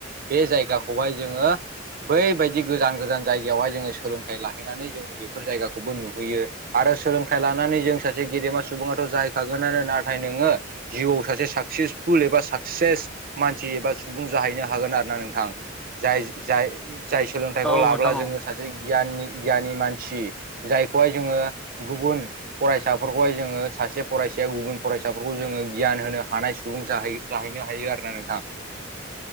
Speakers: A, on the right; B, in the centre.
A: बे जायगाखौहाय जोङो बैबायदि गोजान गोजान जायगायावहाय जोङो सोलोंथाइ लाहैनानै जोङो बेफोर जायगाखौबो नुहैयो। आरो सोलोंथाइ लानानै जों सासे गेदेमा सुबुंङाथ' जाहैखागोनानो नाथाय नोङो जिउआव सासे साकसेसफुल एबा साकसेस मानसि एबा सुबुं जाहैनो हागोन आरो ना नोंथां। जाय जाय जाय सोलोंथाइखौ
B: औ
A: लाब्ला
B: नोंथां औ
A: जोङो सासे गियाननि गियानि मानसि जायखौहाय जोङो गुबुन फरायसाफोरखौहाय जोङो सासे फरायसाया गुबुन फरायसाफोरखौ जोङो गियान होनो हानाय सुबुं जाहैयो जाहैनो हायो आरोना नोंथां